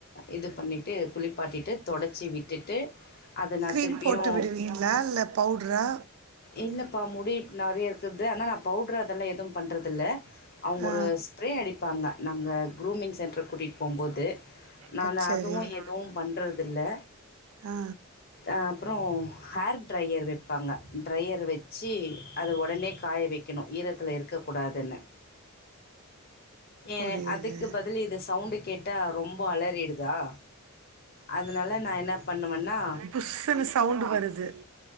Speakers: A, on the left; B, on the right.
A: இது பண்ணிட்டு குளிப் பாட்டிட்டு தொடச்சி விட்டிட்டு அது நா
B: க்ரீம்
A: திருப்பியு
B: போட்டு விடுவீங்களா இல்லை பவுடரா
A: இல்லப்பா முடி இ நெறைய இருக்குறது ஆனா நா பவுட்ரு அதெல்லா எதுவு பண்றதில்ல அவுங்க
B: ஆ
A: ஒரு ஸ்ப்ரே அடிப்பாங்க நாங்க குரூமிங் சென்டர்க்கு கூட்டிட்டு போ கும் போது நானு
B: ஓ சரி
A: அதுவு
B: நாங்க
A: எதுவு பண்றதில்ல
B: ஆ
A: அ அப்றோஹேர் டிரையர் வெப்பாங்க டிரையர் வெச்சி அத ஒடனே காய வைக்கணு ஈரத்துல இருக்கக்கூடாதுன்னு ஏவே
B: புரியுது
A: அதுக் க்கு பதில் இது சவுண்டுக் கேட்டா ரொம்ப அலறிருதா அதுனால நா என்ன பண்ணுவன்னா
B: புஸ்ன்னு சவுண்டு வருது